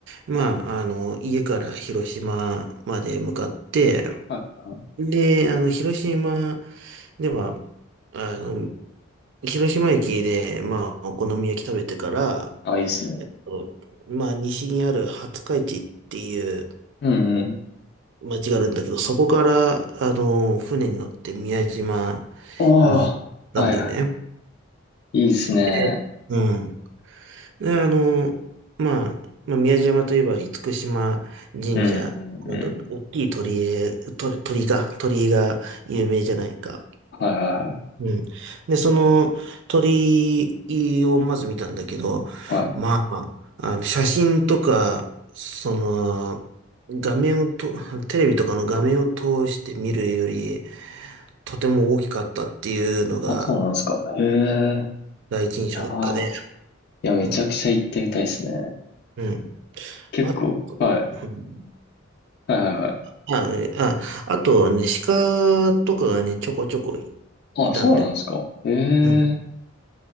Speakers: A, on the right; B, on the left.
A: まあ、あの、家から広島まで向かって、
B: はいはい。
A: で、あの、広島では、あの、広島駅で、まあ、お好み焼き食べてから、
B: あ、いいっすね。
A: えっと、まあ、西にある廿日市っていう、
B: うんうん。
A: 間違うんだけど、そこから、あの、船に乗って宮島
B: ああ、
A: に行ったんだよね。
B: はいはい。いいですね。
A: で、うん。で、あの、まあ、まあ、宮島といえば、厳島神社、
B: うんうんうん。
A: あの、ど大きい鳥居へ、鳥、鳥居か、鳥居が有名じゃないか。
B: はいはいは
A: うん。で、その鳥をまず見たんだけど、
B: い。はい。
A: まあ、あの写真とか、その、画面をと、テレビとかの画面を通して見るより、とても大きかったっていうのが
B: あ、そうなんですか。へえ。
A: 第一印象だったね。
B: いやー、いや、めちゃくちゃ行ってみたいですね。
A: うん。うん。
B: 結構、
A: あ、
B: はい。
A: うん
B: はいはいはい。
A: あ、あ、えああとね、鹿とかがね、ちょこちょこい
B: あ、
A: たんで。
B: そうなんですか。へえ。
A: うん。